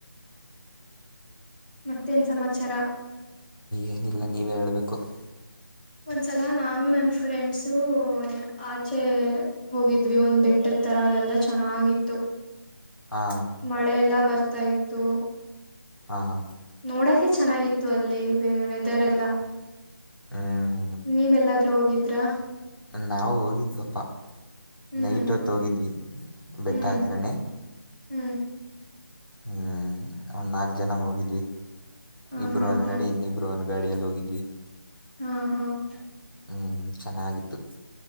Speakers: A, on the left; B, on the left.
A: ಮತ್ತೇನ್, ಸಮಾಚಾರ. <inaudible>
B: ಎನ್ಯೂಲಾ, ನೀವೇ ಹೇಳ್ಬೇಕು. <inaudible>
A: ಒಂದ್ಸಲ, ನಾನು ನನ್ ಫ್ರೆಂಡ್ಸು, ಆಚೆ ಹೋಗಿದ್ವಿ. ಒಂದ್ ಬೆಟ್ಟದ ತರ ಅದೆಲ್ಲಾ ಚೆನ್ನಾಗಿತ್ತು. <inaudible>
B: ಹಾಂ
A: ಮಳೆ, ಎಲ್ಲ, ಬಾ. <inaudible> ಬರ್ತಾ, ಇತ್ತು. <inaudible>
B: ಹಾ, ಹಾ. <inaudible>
A: ನೋಡಕೆ, ಚೆನ್ನಾಗಿತ್ತು, ಅಲ್ಲಿ, ವೆ, ವೆದರ್ ಎಲ್ಲ.. <inaudible>
B: ಹ್ಮ್. <inaudible>
A: ನೀವೆಲ್ಲಾದ್ರೂ ಹೋಗಿದ್ರ? <inaudible>
B: ನಾವು, ಹೋಗಿದ್ವಪ್ಪ,
A: ಹ್ಮ್
B: ನೈಟ್ ಹೊತ್ತು, ಹೋಗಿದ್ವಿ ಬೆಟ್ಟ,
A: ಹ್ಮ್
B: ಹತ್ರನೇ. <inaudible>
A: ಹ್ಮ್.. <inaudible>
B: ಹ್ಮ್, ಒಂದು, ನಾಲ್ಕು ಜನ, ಹೋಗಿದೀವಿ. <inaudible>
A: ಹ
B: ಇಬ್ರುರು,
A: ಹಾ
B: ವನ್,
A: ಹಾ
B: ಗಡಿ ಇನ್ ಇಬ್ಬರು, ಇನು. <inaudible> ಗಾಡಿಯಲ್ಲಿ, ಹೋಗಿದ್ವಿ. <inaudible>
A: ಹಾ, ಹಾ. <inaudible>
B: ಹ, ಚೆನ್ನಾಗಿತ್ತು. <inaudible>